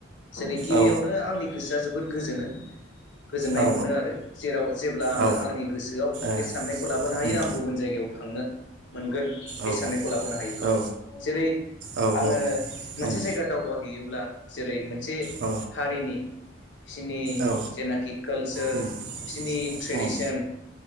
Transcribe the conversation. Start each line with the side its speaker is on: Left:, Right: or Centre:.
Left: जेरै गिबियावनो
Right: औ
Left: आंनि गोसोआ जोबोद गोजोनो। गोजोननाय
Right: औ
Left: मोनो आरो जेराव जेब्ला आङो
Right: औ
Left: आंनि गोसोआव
Right: ए
Left: बे साननायखौ लाबोनो हायो
Right: उम
Left: आं गुबुन जायगायाव थांनो। मोनगोन बे
Right: औ
Left: साननायखौ लाबोनो हायोब्ला
Right: औ
Left: जेरै
Right: औ
Left: आङो मोनसे
Right: औ उम
Left: जायगा दावबायहैैयोब्ला जेरै मोनसे
Right: औ
Left: हारिनि बिसिनि
Right: औ
Left: जेनाखि कालसार
Right: उम
Left: बिसिनि ट्रेडिसन
Right: उम उम